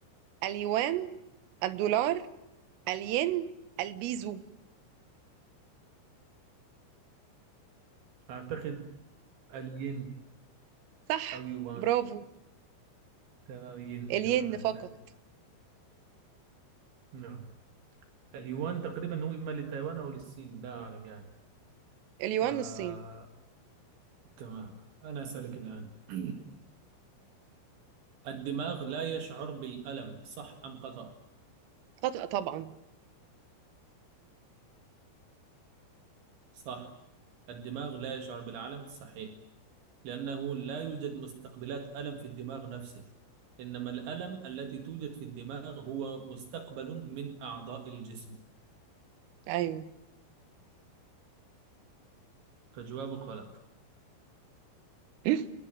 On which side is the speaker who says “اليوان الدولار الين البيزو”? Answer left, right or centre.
Right